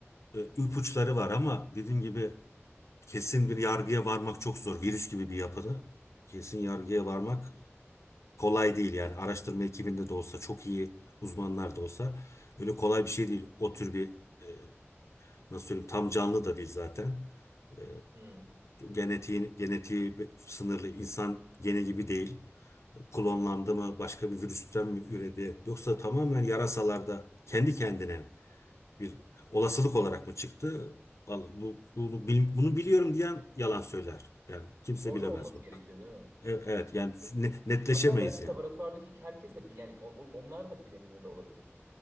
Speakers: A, on the left; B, on the right.
A: e, ipuçları var ama dediğim gibi kesin bir yargıya varmak çok zor. Virüs gibi bir yapıda kesin yargıya varmak kolay değil yani araştırma ekibinde de olsa çok iyi uzmanlar da olsa öyle kolay bir şey değil. O tür bir e, nasıl söyleyeyim tam canlı da değil zaten. E,
B: Hmm.
A: genetiği, genetiği bir- sınırlı insan gene gibi değil. Klonlandı mı başka bir virüsten mi üredi yoksa tamamen yarasalarda kendi kendine bir olasılık olarak mı çıktı? Vallahi bu, bunu, bil- bunu biliyorum diyen yalan söyler. Yani kimse
B: Orada
A: bilemez
B: olması
A: bunu.
B: gerekiyor değil mi?
A: E- Evet yani ne- netleşemeyiz
B: Hatta belki
A: yani.
B: laboratuvardaki herkes de bil- yani o- o- onlar da bilemiyor da olabilir.